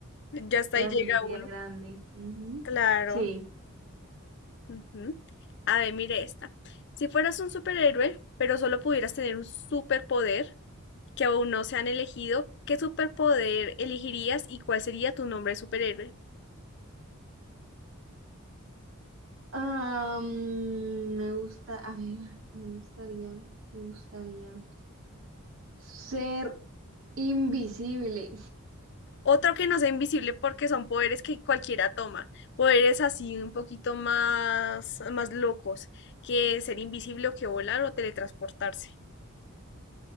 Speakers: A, on the left; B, on the right.
A: Ya hasta
B: le
A: ahí
B: hace
A: llega
B: una herida
A: uno.
B: grande. Ujú.
A: Claro.
B: Sí.
A: ujú. A ver, mire esta. Si fueras un superhéroe, pero solo pudieras tener un superpoder que aún no se han elegido, ¿qué superpoder elegirías y cuál sería tu nombre de superhéroe?
B: Ah, mm, me gusta, a ver, me gustaría, me gustaría ser invisible.
A: Otro que no sea invisible porque son poderes que cualquiera toma, poderes así un poquito más, más locos que ser invisible o que volar o teletransportarse.